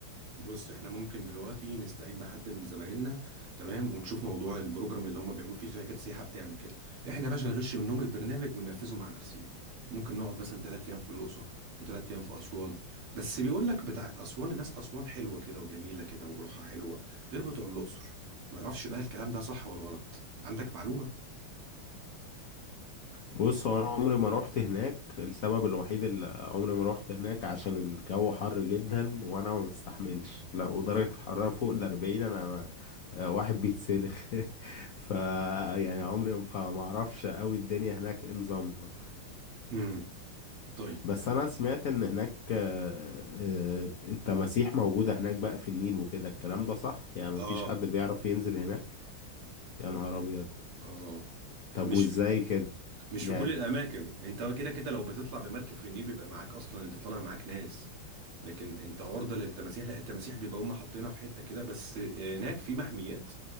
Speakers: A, on the right (about 80°); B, on the left (about 75°).
A: بص احنا ممكن دلوقتي نستعين بحد من زمايلنا تمام ونشوف موضوع البروجرام اللي هم بيعملوه فيه شركات سياحة بتعمل كده احنا يا باشا نغش منهم البرنامج وننفذه مع نفسينا ممكن نقعد مثلا ثلاث ايام في الاقصر وثلاث ايام في اسوان بس بيقول لك بتاع اسوان الناس اسوان حلوة كده وجميلة كده وروحها حلوة غير بتوع الاقصر ما اعرفش بقى الكلام ده صح ولا غلط عندك معلومة
B: بص هو انا عمري ما روحت هناك السبب الوحيد اللي عمري ما روحت هناك عشان الجو حر جدا وانا ما بستحملش لا ودرجة الحرارة فوق الاربعين انا ما- آه، واحد بيتسلخ <laughs> ف يعني عمري ما فما اعرفش قوي الدنيا هناك إيه نظامها
A: امم طيب
B: بس انا سمعت ان هناك آه، آه، التماسيح موجودة هناك بقى في النيل وكده الكلام ده صح يعني مفيش
A: اه
B: حد بيعرف ينزل هناك يا نهار ابيض
A: اه
B: طب
A: مش
B: وازاي
A: في
B: كده
A: مش
B: يعني
A: في كل الاماكن انت كده كده لو بتطلع بمركب في النيل بيبقى معاك اصلا انت طالع معاك ناس لكن انت عرضة للتماسيح لا التماسيح بيبقى هم حاطينها في حتة كده بس هناك في محميات